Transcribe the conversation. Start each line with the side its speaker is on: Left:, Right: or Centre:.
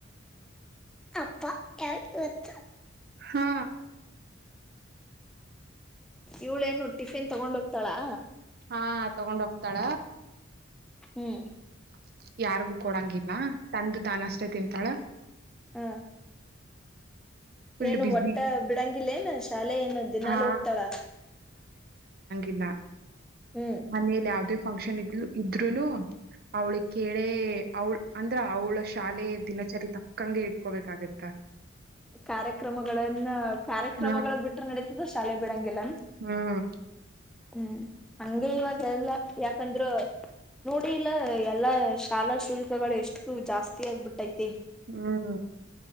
Centre: ಅಪ್ಪ ಯಾವ ಇವತ್ತು
Right: ಹಾ
Centre: ಇವ್ಳೇನು ಟಿಫಿನ್ ತಗೊಂಡ್ ಹೋಗ್ತಾಳಾ
Right: ಹಾ ತಗೊಂಡ್ ಹೋಗ್ತಾಳ
Centre: ಹ್ಮ್
Right: <inaudible> ಯಾರಿಗು ಕೊಡಂಗಿಲ್ಲ ತಂದು ತಾನ ಅಷ್ಟೇ ತಿಂತಾಳ
Centre: ಹ್ಮ್
Right: ಫುಲ್
Centre: ಏನು
Right: ಬಿಸಿ
Centre: ಒಟ್ಟ ಬಿಡಂಗಿಲ್ಲೇ ಏನ್ ಶಾಲೆ ಏನು ದಿನಾಲೂ
Right: ಹಾ
Centre: ಹೋಗ್ತಾಳ
Right: ಇಲ್ಲ
Centre: ಹ್ಮ್
Right: ಮನೇಲಿ ಯಾವುದೇ ಫಂಕ್ಷನ್ ಇದ್ ಇದ್ರುನು ಅವ್ಳಿ ಕೆೇಳೆ ಅವಳ ಅಂದ್ರ ಅವಳ ಶಾಲೆ ದಿನಚರಿ ತಕ್ಕಂಗೆ ಇಟ್ಕೋಬೇಕಾಗತ್ತ
Centre: ಕಾರ್ಯಕ್ರಮಗಳನ್ನ ಕಾರ್ಯಕ್ರಮಗಳು
Right: ಹಾ
Centre: ಬಿಟ್ರ ನಡೀತಿದ್ದ ಶಾಲೆ ಬಿಡಂಗಿಲ್ಲ
Right: ಹ್ಮ್
Centre: ಹ್ಮ್ ಹಂಗೆ ಇವಾಗ ಎಲ್ಲ ಯಾಕಂದ್ರ ನೋಡಿ ಇಲ್ಲ ಎಲ್ಲಾ ಶಾಲಾ ಶುಲ್ಕಗಳು ಎಷ್ಟು ಜಾಸ್ತಿ ಆಗ್ಬಿಟ್ಟೈತಿ
Right: ಹ್ಮ್